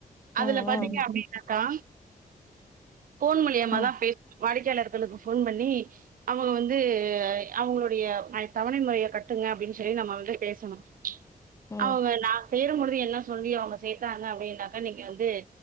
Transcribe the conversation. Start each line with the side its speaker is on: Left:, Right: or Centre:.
Left: ம்
Right: அதுல
Left: ம்
Right: பாத்தீங்க அப்டினாக்கா போன் மூலியமா
Left: ம்
Right: தா பேச வாடிக்கையாளர்களுக்கு போன் பண்ணி அவுங்க வந்து அவுங்களுடைய தவணை முறையை கட்டுங்க அப்டினு சொல்லி நம்ம வந்து பேசணு
Left: ம்
Right: அவுங்க நா சேருபொழுது என்ன சொல்லி அவுங்க சேத்தாங்க அப்டின்னாக்கா நீங்க வந்து